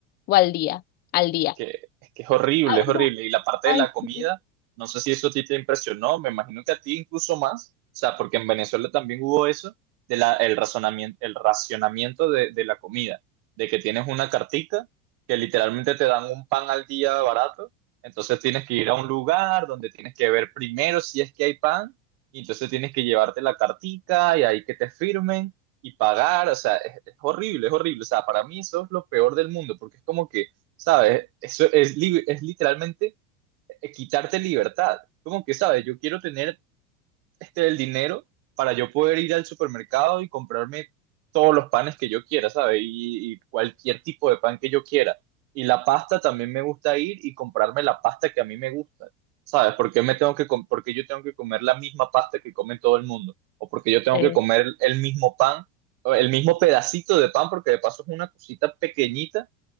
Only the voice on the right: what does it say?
es que, es que es horrible,
es
horrible.
Y la parte
de la comida,
no sé si eso a ti te impresionó, me imagino que a ti incluso más, o sea, porque en Venezuela también hubo eso, de la, el, razonamiento, el racionamiento de, de la comida, de que tienes una cartica que literalmente te dan un pan al día barato, entonces tienes que ir a un lugar donde tienes que ver primero si es que hay pan, y entonces tienes que llevarte la cartica y ahí que te firmen y pagar, o sea, es, es horrible, es horrible, o sea, para mí eso es lo peor del mundo, porque es como que ¿sabes? Eso es, li- es literalmente eh, quitarte libertad. Como que, ¿sabes? Yo quiero tener este, el dinero para yo poder ir al supermercado y comprarme todos los panes que yo quiera, ¿sabes? Y, y cualquier tipo de pan que yo quiera. Y la pasta también me gusta ir y comprarme la pasta que a mí me gusta, ¿sabes? Porque me tengo que com- por qué yo tengo que comer la misma pasta que come todo el mundo? ¿O porque yo tengo
que comer el mismo pan, o el mismo pedacito de pan, porque de paso es una cosita pequeñita